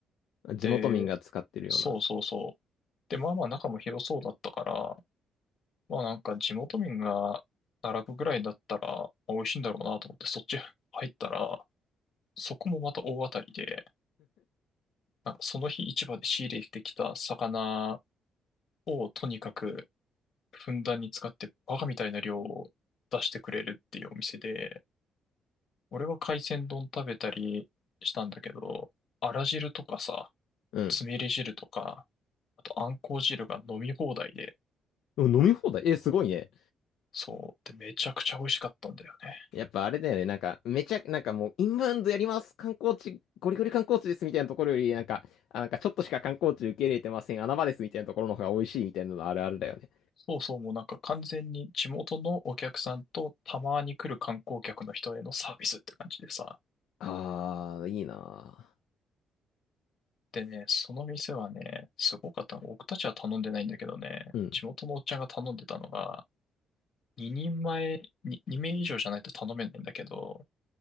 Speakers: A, on the left; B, on the left.
A: 地元民が使ってるような。
B: で、そうそうそう。で、まあまあ中も広そうだったから、まあなんか地元民が並ぶぐらいだったら、まあ美味しいんだろうなと思ってそっち入ったら、そこもまた大当たりで、あその日市場で仕入れてきた魚をとにかくふんだんに使ってバカみたいな量を出してくれるっていうお店で、俺は海鮮丼食べたりしたんだけど、あら汁とかさ、
A: うん。
B: つみれ汁とか、あとあんこう汁が飲み放題で、
A: でも飲み放題え、すごいね。
B: そう、でめちゃくちゃ美味しかったんだよね。
A: やっぱあれだよね。なんか、めちゃ、なんかもう、インバウンドやります。観光地、ゴリゴリ観光地ですみたいなところより、なんか、あ、なんかちょっとしか観光地受け入れてません。穴場ですみたいなところの方が美味しいみたいなのあるあるだよね。
B: そうそう、もうなんか完全に地元のお客さんとたまに来る観光客の人へのサービスって感じでさ、
A: あー、いいな
B: でね、その店はね、すごかった。僕たちは頼んでないんだけどね、
A: ーうん。
B: 地元のおっちゃんが頼んでたのが、2人前、に2名以上じゃないと頼めないんだけど、